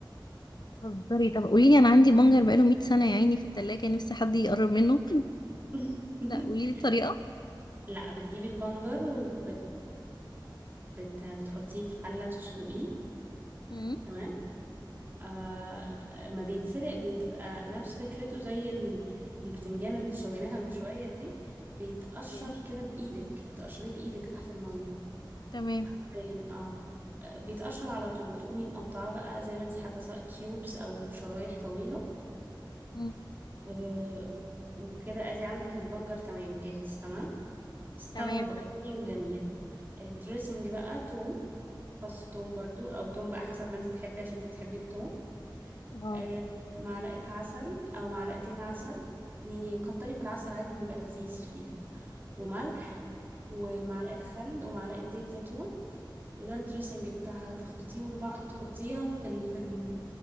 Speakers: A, on the left; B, on the right.
A: بتهزري طب قولي لي انا عندي بنجر بقاله 100 سنه يا عيني في التلاجة نفسي حد يقرب منه <laughs>
B: <laughs>
A: لا قولي لي الطريقه
B: لا بتجيبي البنجر وبت بت... بتحطيه في حلة تسلقيه
A: امم
B: تمام آه ما بيتسلق بتبقى نفس فكرته زي ال- البتنجان اللي شويناها من شوية دي بيتقشر
A: اوكي
B: كده بإيدك بتقشريه بإيدك تحت المية
A: تمام
B: حرفيا اه آه، بيتقشر على طول تقومي مقطعاه بقى زي ما انت حابة سواء كيوبس أو شرايح طويلة
A: امم
B: آه وكده ادي عندك البنجر تمام جاهز تمام استوى
A: تمام
B: بقى طري وجميل الدريسنج بقى توم فص توم برضو او توم بقى حسب ما انت تحبي عشان انت بتحبي التوم
A: اه
B: آه معلقة عسل او معلقتين عسل يعني كتري في العسل عادي بيبقى لذيذ فيها وملح ومعلقة خل ومعلقة زيت زيتون وده الدريسنج بتاعها تخلطيهم ببعض وتحطيها في ال في ال